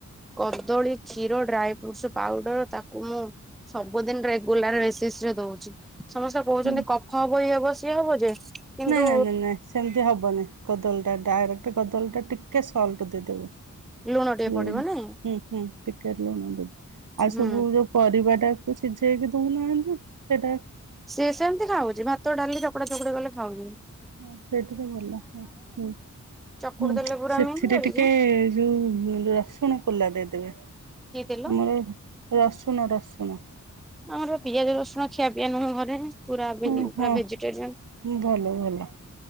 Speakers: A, in the centre; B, on the right.
A: କଦଳୀ କ୍ଷୀର ଡ୍ରାଇ ଫ୍ରୁଟ୍ ସ୍ ପାଉଡର ତାକୁ ମୁଁ ସବୁଦିନ ରେଗୁଲାର ବେସିସ ରେ ଦୋଉଛି। ସମସ୍ତେ କହୁଛନ୍ତି
B: ହୁଁ
A: କଫ ହବ ଇଏ ହବ ସିଏ ହବ ଯେ। କିନ୍ତୁ
B: ନା ନା ନା ନା ସେମିତି ହବନି କଦଳୀ ଟା ଡାଇରେକ୍ଟ କଦଳୀ ଟା ଟିକେ ସଲ୍ଟ ଦେଇଦେବେ।
A: ଲୁଣ ଟିକେ
B: ହୁଁ
A: ପଡିବ ନାଇଁ
B: ହୁଁ ହୁଁ ଟିକେ ଲୁଣ ଆଉ
A: ହୁଁ
B: ସବୁ ଯୋଉ ପରିବାଟାକୁ ସିଝେଇକି ଦଉନାହାନ୍ତି ସେଇଟା
A: ସିଏ ସେମିତି ଖାଉଛି ଭାତ ଡାଲି ଚକଡା ଚକୁଡି କଲେ ଖାଉନି।
B: ହଁ ସେଇଥିରେ ଭଲ ହଁ ହୁଁ
A: ଚକୁଡି
B: ହୁଁ
A: ଦେଲେ ପୁରା
B: ସେଥିରେ
A: ମିନ୍ କରିକି
B: ଟିକେ ଯେଉଁ ରସୁଣ କୋଲା ଦେଇଦେବେ ଆମର
A: କି ତେଲ
B: ରସୁଣ ରସୁଣ।
A: ଆମର ପିଆଜ ରସୁଣ ଖିଆ ପିଆ ନୁହଁ ଘରେ। ପୁରା ପୁରା
B: ଓ ହୋ ହୁଁ
A: ଭେଜିଟେରିଆନ
B: ଭଲ ଭଲ